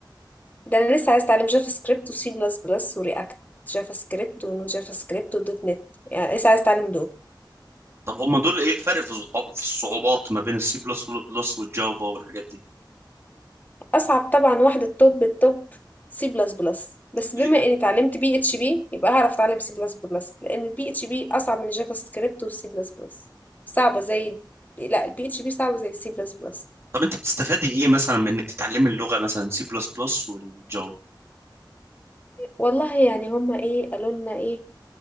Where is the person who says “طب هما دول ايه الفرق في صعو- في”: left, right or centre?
Right